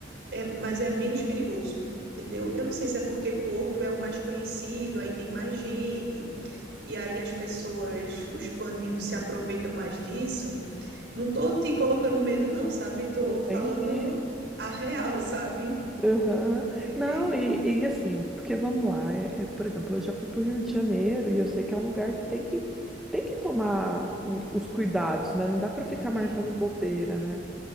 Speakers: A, on the right; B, in the centre.
A: é, mas é menos perigoso, entendeu? Eu não sei se é porque Porto é o mais conhecido, aí tem mais gente, e aí as pessoas, os bandidos se aproveitam mais disso. Não tô te colocando medo, não, sabe? Tô
B: Entende?
A: falando a real, <laughs> sabe?
B: Aham.
A: É,
B: Não, e, e assim, porque vamos lá, é- é, por exemplo, eu já fui para o Rio de Janeiro e eu sei que é um lugar que tem que, tem que tomar o- os cuidados, né? Não dá para ficar marcando
A: sim.
B: bobeira, né?